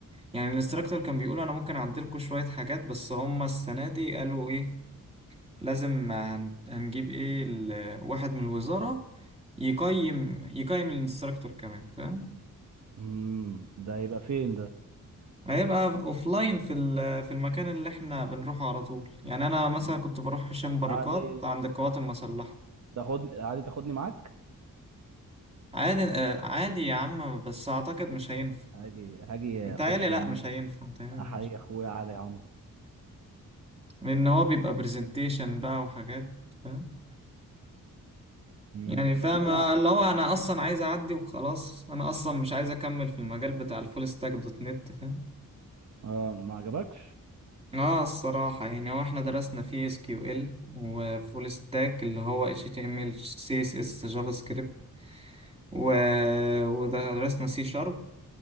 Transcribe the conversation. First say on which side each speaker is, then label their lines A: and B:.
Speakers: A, on the right (about 20°); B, on the right (about 55°).
A: يعني الانستراكتور كان بيقول أنا ممكن أعدلكوا شوية حاجات بس هما السنة دي قالوا إيه لازم هن- هنجيب ايه ال- واحد من الوزارة يقيم يقيم الانستراكتور كمان فاهم
B: مم. ده هيبقى فين ده
A: هيبقى اوفلاين في ال- في المكان اللي احنا بنروحه على طول يعني انا مثلا
B: تمام.
A: كنت بروح هشام بركات
B: عادي
A: عند القوات المسلحة
B: تاخدني عادي تاخدني معاك
A: عادي آه، عادي يا عم بس اعتقد مش هينفع
B: هاجي هاجي
A: متهيألي
B: اخش
A: لا
B: يا عم
A: مش هينفع متهيألي
B: احيي
A: لا مش
B: اخويا علي عمرو
A: لان هو بيبقى برزنتيشن بقى وحاجات فاهم
B: مم.
A: يعني فاهم
B: لا
A: آه،
B: يا
A: اللي
B: عم
A: هو انا اصلا عايز اعدي وخلاص انا اصلا مش عايز اكمل في المجال بتاع الفول ستاك دوت نت فاهم
B: آه ما عجبكش
A: اه الصراحة يعني هو احنا درسنا في اس كيو ال وفول ستاك اللي هو اتش تي ام ال سي اس اس جافا سكريبت و... ودرسنا سي شارب